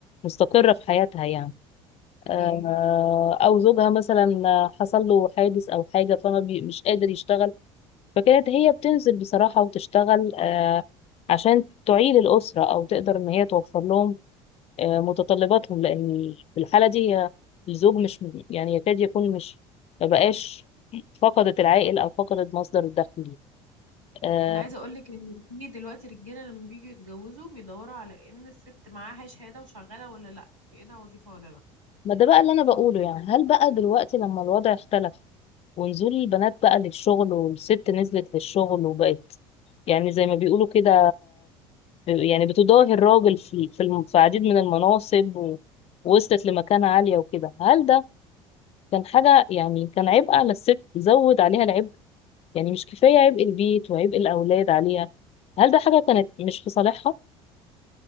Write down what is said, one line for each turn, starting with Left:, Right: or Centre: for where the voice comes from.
Left: مستقرة في حياتها يعني آه،
Right: ايوه
Left: او زوجها مثلا حصل له حادث او حاجة فما بي- مش قادر يشتغل فكانت هي بتنزل بصراحة وتشتغل آه، عشان تعيل الأسرة أو تقدر إن هي توفر لهم آه، متطلباتهم لأن في الحالة دي هي الزوج مش يعني يكاد يكون مش مبقاش فقدت العائل أو فقدت مصدر الدخل ليها. آه،
Right: انا عايزه اقول لك ان في دلوقتي رجاله لما بييجوا يتجوزوا بيدوروا على ان الست معاها شهاده وشغاله ولا لا في ايدها وظيفه ولا لا
Left: ما ده بقى اللي أنا بقوله يعني هل بقى دلوقتي لما الوضع اختلف ونزول البنات بقى للشغل والست نزلت للشغل وبقت يعني زي ما بيقولوا كده يعني بتضاهي الراجل في في الم- في عديد من المناصب و- ووصلت لمكانة عالية وكده هل ده كان حاجة يعني كان عبء على الست زود عليها العبء يعني مش كفاية عبء البيت وعبء الأولاد عليها هل ده حاجة كانت مش في صالحها؟